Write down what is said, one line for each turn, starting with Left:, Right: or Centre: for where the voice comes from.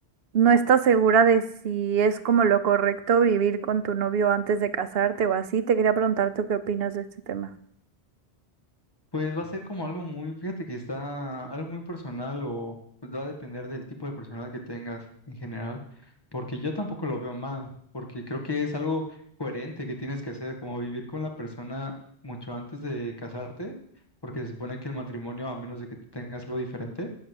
Right: no está segura de si es como lo correcto vivir con tu novio antes de casarte o así. Te quería preguntar tú qué opinas de este tema.
Left: Pues va a ser como algo muy, fíjate que está algo muy personal o pues va a depender del tipo de personal que tengas en general, porque yo tampoco lo veo mal, porque creo que es algo coherente que tienes que hacer, como vivir con la persona mucho antes de casarte, porque se supone que el matrimonio, a menos de que tú tengas algo diferente,